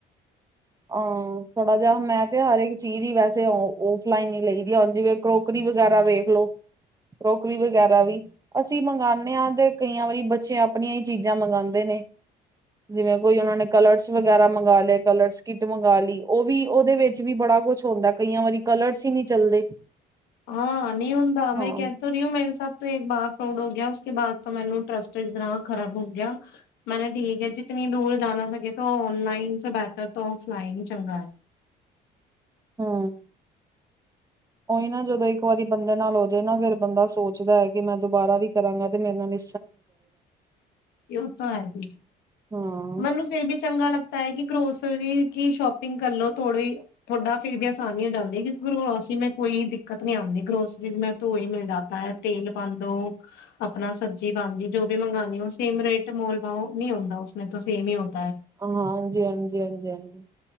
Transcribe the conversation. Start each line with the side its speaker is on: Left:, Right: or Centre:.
Right: ਹਾਂ, ਥੋੜਾ ਜਿਹਾ ਮੈਂ ਤੇ, ਹਰਕ ਚੀਜ਼ ਹੀ ਵੈਸੇ ਓਫਲਾਈਨ ਹੀ ਲਈ ਦੀ, ਹੁਣ, ਜਿਵੇਂ ਕਰੋਕਰੀ ਵਗੈਰਾ ਵੇਖ ਲੋ। ਕਰੋਕਰੀ ਵਗੈਰਾ ਵੀ ਅਸੀਂ ਮੰਗਾਨੇ ਆ, ਤੇ ਕਈਆਂ ਵਾਰੀ ਬੱਚੇ ਆਪਣੀਆਂ ਹੀ ਚੀਜ਼ਾਂ ਮੰਗਾਂਦੇ ਨੇ। ਜਿਵੇਂ ਕੋਈ ਉਹਨਾਂ ਨੇ, ਕਲਰਸ ਵਗੈਰਾ ਵਾਲੇ ਕਲਰਸ ਕਿਟ ਮੰਗਾ ਲਈ, ਉਹ ਵੀ, ਉਹਦੇ ਵਿੱਚ ਵੀ ਬੜਾ ਕੁਛ ਹੁੰਦਾ, ਕਈਆਂ ਵਾਰੀ ਕਲਰਸ ਹੀ ਨਹੀਂ ਚੱਲਦੇ।
Left: ਹਾਂ, ਨਹੀਂ ਹੁੰਦਾ, ਮੈਂ,
Right: ਹਾਂ
Left: ਕਹਿ ਤੋਂ ਰਹੀ ਹ ਮੇਰੇ ਸਾਥ ਤੋਂ, ਇੱਕ ਬਾ ਹੋ ਗਿਆ, ਉਸ ਕੇ ਬਾਅਦ ਤੋਂ ਮੈਨੂੰ ਟਰੱਸਟ ਇਤਨਾ ਖਰਾਬ ਹੋ ਗਿਆ। ਮੈਨੇ ਠੀਕ ਹੈ ਜਿਤਨੀ ਦੂਰ ਜਾਨਾ ਸਕੇ ਤੋਂ, ਆਨਲਾਈਨ ਸੇ ਬੇਹਤਰ ਤੋਂ ਆਫਲਾਇਨ ਹੀ ਚੰਗਾ ਹੈ।
Right: ਹਾਂ। ਉਹੀ ਨਾ, ਜਦੋਂ ਇੱਕ ਵਾਰੀ ਬੰਦੇ ਨਾਲ ਹੋ ਜਾਏ ਨਾ, ਫੇਰ ਬੰਦਾ ਸੋਚਦਾ ਹੈ, ਕਿ, ਮੈਂ ਦੁਬਾਰਾ ਵੀ ਕਰਾਂਗਾ ਤੇ ਮੇਰੇ ਨਾਲ ਨ
Left: ਉਹ ਤਾਂ, ਹੈਜੀ
Right: ਹਾਂ,
Left: ਮੈਨੂੰ ਫਿਰ ਬੀ ਚੰਗਾ ਲੱਗਤਾ ਹੈ, ਕਿ ਗਰੋਸਰੀ ਕੀ ਸ਼ੋਪਿੰਗ ਕਰਲੋ, ਥੋੜੀ ਤੁਹਾਡਾ ਫਿਰ ਵੀ ਆਸਾਨੀ ਹੋ ਜਾਂਦੀ। ਕਿਉਂਕਿ ਗਰੋਸਰੀ ਮੈਂ ਕੋਈ ਦਿੱਕਤ ਨੀ ਆਉਂਦੀ, ਗਰੋਸਰੀ ਮੈਂ ਘਿਓ ਵੀ ਮਿਲ ਜਾਂਦਾ ਹੈ, ਤੇਲ ਪਾਉਦੋ ਆਪਣਾ ਸਬਜ਼ੀ ਹਾਂਜੀ। ਜੋ ਵੀ, ਮੰਗਾਨੀ ਉਹ, ਸੇਮ ਰੇਟ, ਮੋਲਭਾਓ ਨੀ ਹੂੰਦਾ, ਉਸਨੇ ਤੋਂ ਸੇਮ ਹੀ ਹੋਤਾ
Right: ਹੂੰ, ਹਾਂਜੀ-ਹਾਂਜੀ ਹਾਂਜੀ-ਹਾਂਜੀ।